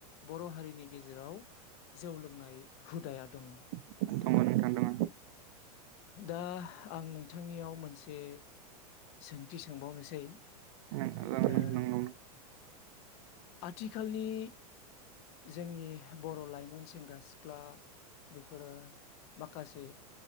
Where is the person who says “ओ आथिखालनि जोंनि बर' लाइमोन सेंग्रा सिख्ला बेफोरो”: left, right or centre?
Left